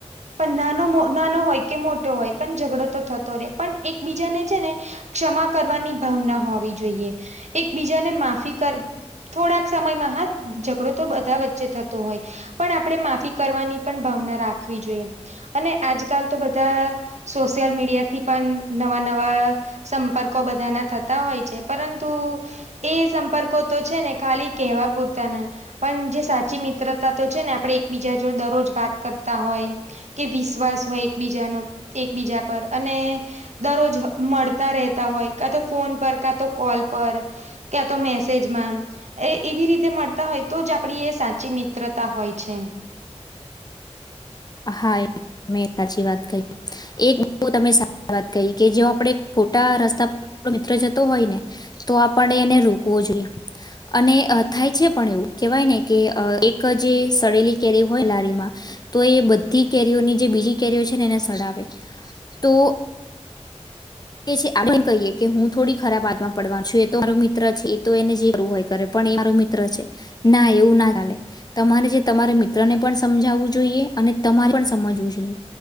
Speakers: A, on the right; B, on the left.
A: પણ નાનો મો નાનો હોય કે મોટો હોય પણ ઝઘડો તો થતો રે પન એકબીજાને છે ને ક્ષમા કરવાની ભાવના હોવી જોઈએ. એકબીજાને માફી કર થોડાક સમયમાં હાત ઝઘડો તો બધા વચ્ચે થતો હોય પણ આપડે માફી કરવાની પણ ભાવના રાખવી જોઈએ. અને આજકાલ તો બધા સોશયલ મીડિયા થી પન નવા નવા સંપર્કો બધાના થતા હોય છે પરંતુ એ સંપર્કો તો છે ને ખાલી કહેવા પૂરતા ના પણ જે સાચી મિત્રતા તો છે ને આપડે એકબીજા જો દરરોજ વાત કરતા હોય કે વિશ્વાસ હોય એકબીજાનો એકબીજા પર અને દરરોજ હ મળ તા રેતા હોય કા તો ફોન પર કા તો કોલ પર ક્યા તો મેસેજમાં એ એવી રીતે મળતા હોય તો જ આપણી એ સાચી મિત્રતા હોય છે એમ.
B: હા એ તમે એક સાચી વાત કહી. એક બહુ તમે <inaudible> વાત કહી કે જો આપણે ખોટા રસ્તા આપણો મિત્ર જતો હોય ને તો આપણે એને રોકવો જોઈએ. અને અહ થાય છે પણ એવું. કહેવાય ને કે અહ એક જે સડેલી કેરી હોય લારીમાં તો એ બધી કેરીઓની જે બીજી કેરીઓ છે ને એને સડાવે. તો <inaudible> કહીએ કે હું થોડી ખરાબ <unintelligible> માં પડવાનું છું. એ તો મારો મિત્ર છે, એ તો એને જે કરવું હોય એ કરે. પણ એ મારો મિત્ર છે. ના એવું ના ચાલે. તમારે જે તમારા મિત્રને પણ સમજાવવું જોઈએ, અને તમારે પણ સમજવું જોઈએ.